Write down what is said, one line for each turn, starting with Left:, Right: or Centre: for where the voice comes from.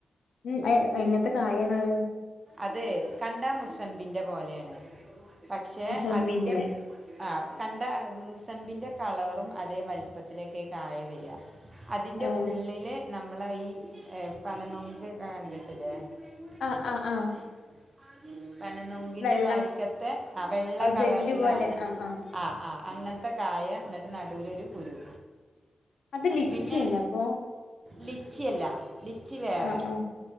Left: ഉം അയെ എങ്ങൻത്തെ കായാണത്
Right: അതേ കണ്ടാ മുസമ്പിന്റെ പോലെയാണ് പക്ഷെ
Left: മുസമ്പിന്റെ
Right: അതിന്റെ ആഹ് കണ്ടാ മുസമ്പിന്റെ കളറും അതേ വലുപ്പത്തിലേക്ക് കായ വെര്വാ അതിന്റെ
Left: ആഹ്
Right: ഉള്ളില് നമ്മള് ഈ ഏഹ് പന നൊങ്ക് കണ്ടിട്ടില്ലേ ഇത്രേം കൂടെന്ക്ക്
Left: ആഹ്
Right: പറഞ്ഞ്
Left: ആഹ് ആഹ്
Right: തരണേ പനംനൊങ്കിന്റെ
Left: വെള്ള
Right: മാരിക്കത്തെ ആഹ് വെള്ള കളറിലാണ്
Left: ജെല്ല് പോലെ ആഹ്
Right: ആഹ് ആഹ് അങ്ങൻത്തെ കായ എന്നിട്ട് നടുവിലൊരു കുരു
Left: അത് ലിച്ചിയല്ലേ
Right: പിന്നെ
Left: അപ്പൊ
Right: ലിച്ചിയല്ല ലിച്ചി വേറെ
Left: ആഹ് ആഹ്